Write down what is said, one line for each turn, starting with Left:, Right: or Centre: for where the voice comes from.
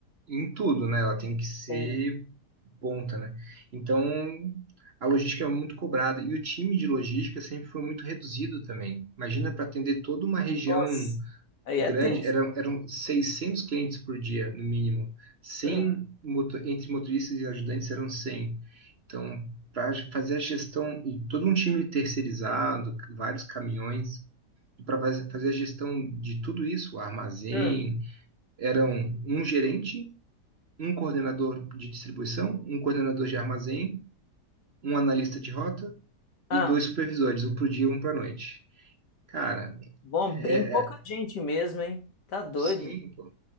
Right: em tudo, né? Ela tem que ser
Left: sim.
Right: ponta, né? Então, a logística é muito cobrada e o time de logística sempre foi muito reduzido também. Imagina para atender toda uma região
Left: Nossa. Aí
Right: grande,
Left: é tenso.
Right: eram, eram 600 clientes por dia, no mínimo. Cem
Left: Uhum.
Right: moto- entre motoristas e ajudantes eram 100. Então, para fazer a gestão e todo um time terceirizado, vários caminhões, e para fazer a gestão de tudo isso, o armazém,
Left: Hum.
Right: eram um gerente, um coordenador de distribuição, um coordenador de armazém, um analista de rota
Left: Ah.
Right: e dois supervisores, um para o dia e um para a noite. Cara,
Left: Bom,
Right: é,
Left: bem pouca
Right: é-
Left: gente mesmo, hein? Tá doido.
Right: sim. pô.